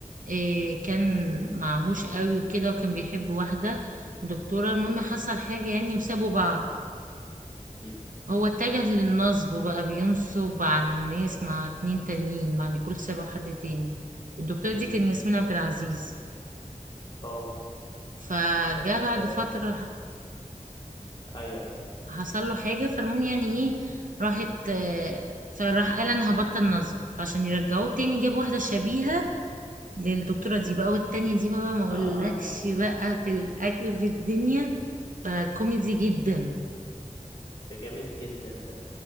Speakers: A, on the right; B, on the left.
A: إيه كان معهوش قوي وكده وكان بيحب واحدة دكتورة المهم
B: مم.
A: حصل حاجة يعني وسابوا بعض
B: مم.
A: هو اتجه للنصب بقى بينصب على الناس
B: اه
A: مع اتنين تانيين مع نيكول سابا وحد تاني والدكتورة دي
B: مم.
A: كان ياسمين عبد العزيز
B: اه
A: فجاء
B: طب
A: بعد
B: آه،
A: فترة ح-
B: ايوه ايوه
A: حصل له حاجة فالمهم يعني ايه راحت آه، فراح قال انا هبطل نصب فعشان يرجعوه تاني جاب واحدة شبيهة للدكتورة دي بقى والتانية دي بقى ما اقولكش
B: اه
A: بقى في الأكل في الدنيا فكوميدي جدا
B: طب ده جامد جدا ده